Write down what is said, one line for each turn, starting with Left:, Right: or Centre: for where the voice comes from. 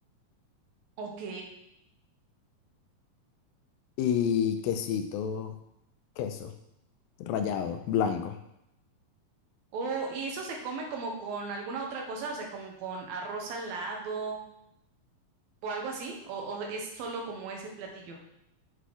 Right: Ok.
Left: y quesito, queso rallado, blanco.
Right: Oh, ¿y eso se come como con alguna otra cosa? O sea, como con arroz al lado o algo así, o, o es solo como ese platillo.